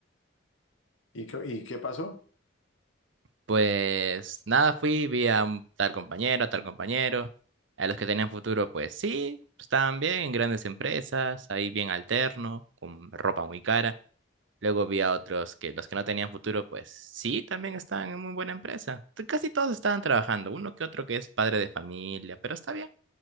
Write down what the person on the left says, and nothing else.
¿Y qué, y qué pasó?